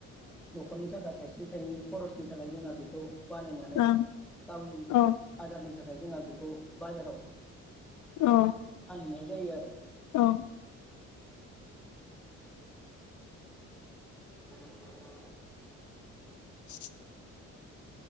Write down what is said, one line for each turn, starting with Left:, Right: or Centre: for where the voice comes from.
Centre: नखरनि थाखाय थाय से थाइनै खरसनि थाखाय जोंहा बेखौ बानायनानै
Left: ओं
Centre: गावनि
Left: औ
Centre: आदारनि थाखाय थाखाय जोंहा बेखौ बाजाराव
Left: औ।
Centre: फानहैनाय जायो आरो।
Left: औ।
Centre: <inaudible>
Left: <inaudible>